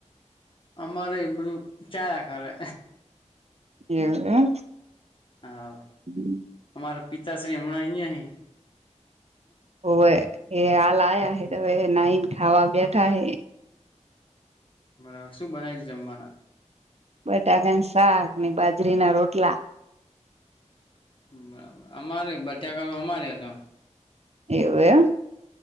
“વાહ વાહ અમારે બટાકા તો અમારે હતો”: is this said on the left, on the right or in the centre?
Left